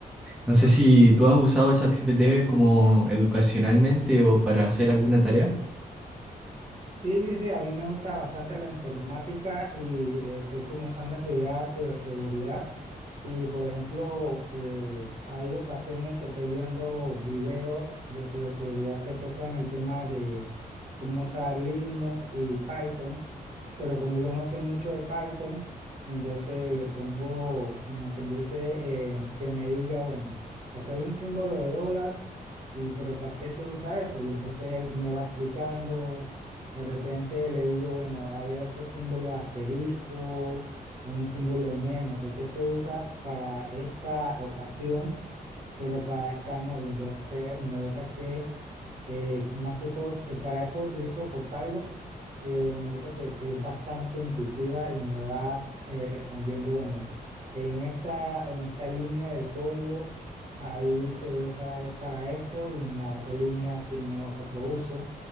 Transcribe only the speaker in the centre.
No sé si tú has usado ChatGPT como educacionalmente o para hacer alguna tarea.